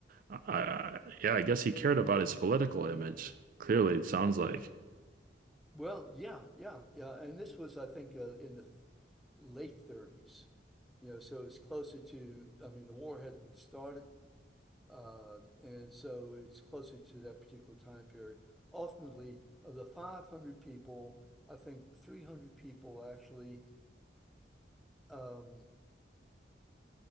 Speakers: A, on the right; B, in the centre.
A: I, I, yeah, I guess he cared about his political image. Clearly, it sounds like.
B: Well, yeah, yeah, yeah. And this was, I think, uh, in the th late 30s, you know, so it's closer to, I mean, the war hadn't started. Uh, and so it's closer to that particular time period. Ultimately, of the 500 people, I think 300 people actually, um,